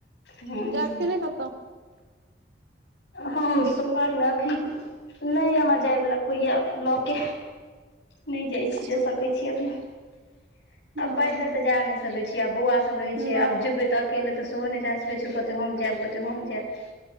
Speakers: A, on the left; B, on the right.
A: हँ
B: जेएब कि नेै कतौ।
A: हम सोमबारी मे अभी नैय हमरा जाय वला कोय या लऽ के। नै जाय
B: अच्छा
A: छी जा सकै छी अभी आ
B: हँ
A: पैदले तऽ जा नै सकै छी आ बौआ। सब रहै
B: नहि
A: छै आब जबै तऽ अकेले तऽ सेहो नै जा सकै छै उ कहतेै हम जेएब उ कहतेै हम जेएब।